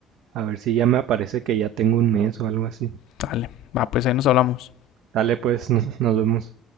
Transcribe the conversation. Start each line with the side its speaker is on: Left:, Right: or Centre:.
Right: a ver si ya me aparece que ya tengo un mes o algo así.
Left: Dale, va, pues ahí nos hablamos.
Right: Dale pues, <laughs> nos, nos vemos.